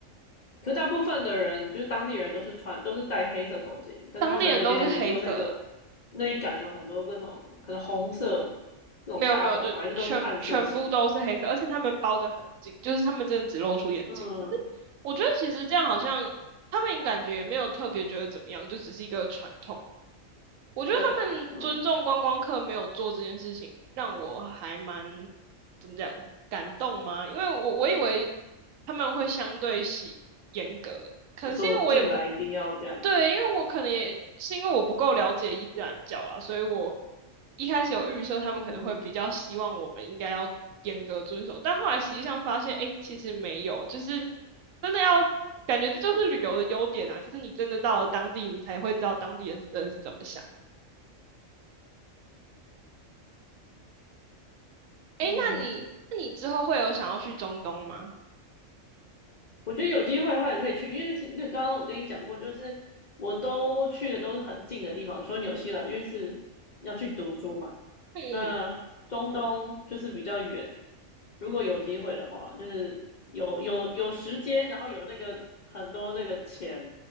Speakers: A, on the left; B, on the right.
A: 可大部分的人就是当地人都是穿都是戴黑色头巾，但是他们那边你说那个
B: 当地人都是黑色，
A: 那一杆有很多各种可能红色那种大红嘛，
B: 没有没有，就全全部都是黑色，
A: 还是都是暗色系。
B: 而且他们包得很紧，就是他们真的只露出眼睛。
A: 嗯，
B: 可是我觉得其实这样好像他们感觉也没有特别觉得怎么样，就只是一个传统我觉得他们尊重观光客没有做这件事情，
A: 对，嗯，
B: 让我还蛮怎么讲感动吗？因为我我以为他们会相对喜严格，可能是因为我也不
A: 就说进来一定要这样子。
B: 对，因为我可能也是因为我不够了解伊斯兰教啦，所以我一开始有预设他们可能会比较希望我们应该要严格遵守，
A: 嗯
B: 但后来实际上发现，哎，其实没有，就是真的要感觉这就是旅游的优点啊，就是你真的到了当地，你才会知道当地人是真的是怎么想。哎，
A: 嗯。
B: 那你那你之后会有想要去中东吗？
A: 我觉得有机会的话也可以去，因为是就刚刚我跟你讲过，就是我都去的都是很近的地方，除了纽西兰，因为是要去读书嘛。
B: 嗯，
A: 那中东就是比较远，如果有机会的话，就是有有有时间，然后有那个很多那个钱